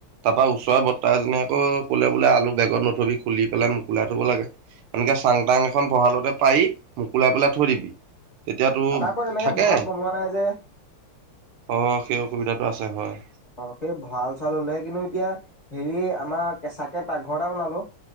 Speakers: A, on the right; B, on the left.
A: তাৰ পৰাৰা ওচৰ বৰ্ত এজনীয়ে আকৌ কলে বোলে আলু বেগত নথবি খুলি পেলাই মোকলাই থ'ব লাগে। এনেকে চাং তাং এখন বহালতে পাৰি মোকুলাই পেলাই থৈ দিবি তেতিয়াতো
B: আমাৰ আকৌ তেনেকে
A: থাকে
B: ভঁৰাল বনোৱা নাই যে
A: অ সেই অসুবিধাটো আছে হয়।
B: অ সেই ভঁৰাল চৰাল হলেহে কিন্তু এতিয়া হেৰি আমাৰ কেচাকে পাকঘৰ এটা বনালো